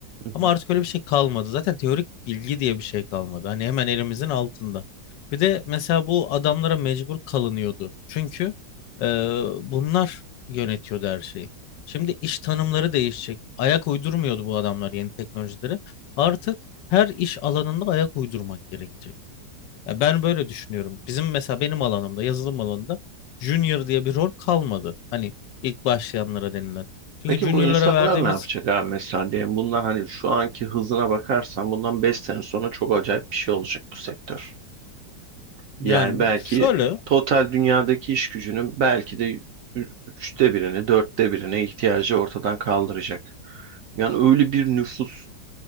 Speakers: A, on the right (about 65°); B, on the left (about 85°).
A: Hı hı.
B: Ama artık öyle bir şey kalmadı. Zaten teorik bilgi diye bir şey kalmadı. Hani hemen elimizin altında. Bir de mesela bu adamlara mecbur kalınıyordu. Çünkü e, bunlar yönetiyordu her şeyi. Şimdi iş tanımları değişecek. Ayak uydurmuyordu bu adamlar yeni teknolojileri Artık her iş alanında ayak uydurmak gerekecek. Ya ben böyle düşünüyorum. Bizim mesela benim alanımda, yazılım alanında junior diye bir rol kalmadı. Hani ilk başlayanlara denilen. Çünkü
A: Peki bu
B: juniorlara
A: insanlar
B: verdiğimiz
A: ne yapacak abi mesela diyelim bundan hani şu anki hızına bakarsan bundan 5 sene sonra çok acayip bir şey olacak bu sektör. Yani
B: yani
A: belki
B: bu şöyle
A: total dünyadaki iş gücünün belki de ü- üçte birini, dörtte birine ihtiyacı ortadan kaldıracak. Yani öyle bir nüfus